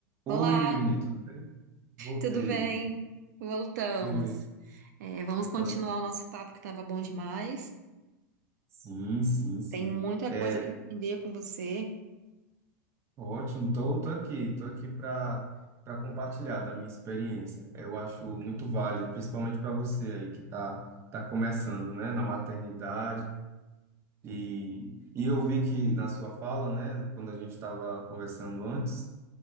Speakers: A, on the right; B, on the right.
A: Oi,
B: Olá,
A: Vini, tudo bem? Voltei.
B: tudo bem? Voltamos.
A: Beleza,
B: É, vamos
A: voltamos.
B: continuar o nosso papo que estava bom demais.
A: Sim, sim, sim.
B: Tem muita
A: É
B: coisa para aprender com você.
A: ótimo. Tô, tô aqui, tô aqui para para compartilhar da minha experiência. Eu acho muito válido, principalmente para você aí que tá tá começando, né, na maternidade e e eu vi que na sua fala, né, quando a gente estava conversando antes,